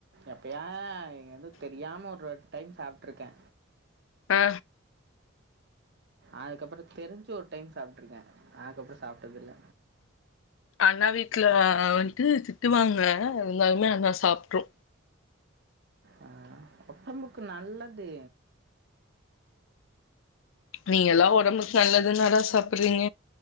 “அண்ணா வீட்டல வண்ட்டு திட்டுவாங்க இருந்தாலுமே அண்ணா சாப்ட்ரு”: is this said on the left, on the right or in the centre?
Left